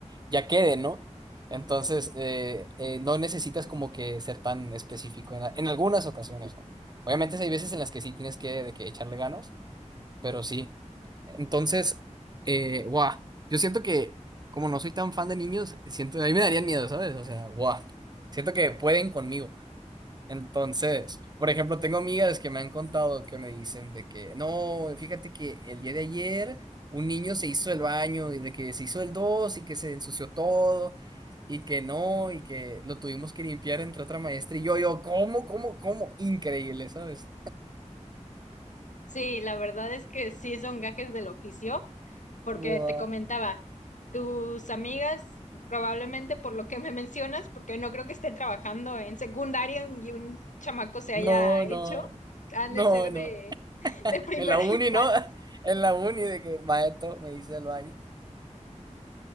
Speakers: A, on the right; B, on the left.
A: ya quede, ¿no? Entonces, eh, eh, no necesitas como que ser tan específico en, a- en algunas ocasiones, ¿no? Obviamente si hay veces en las que sí tienes que, de que echarle ganas, pero sí. Entonces, eh, guau, yo siento que como no soy tan fan de niños, siento, a mí me darían miedo, ¿sabes? O sea, guau, siento que pueden conmigo. Entonces, por ejemplo, tengo amigas que me han contado que me dicen de que, no, fíjate que el día de ayer un niño se hizo el baño y de que se hizo el dos y que se ensució todo y que no, y que lo tuvimos que limpiar entre otra maestra y yo, yo, ¿cómo, cómo, cómo? Increíble, ¿sabes?
B: sí, la verdad es que sí son gajes del oficio. porque
A: Wow.
B: te comentaba, tus amigas, probablemente por lo que me <laughs> mencionas, porque no creo que estén trabajando en secundaria y un chamaco se haya
A: No,
B: hecho,
A: no,
B: han
A: no,
B: de ser
A: no.
B: de, de primera
A: En la uni,
B: <laughs> infancia.
A: ¿no? <laughs> En la uni de que maestro me hizo el baño.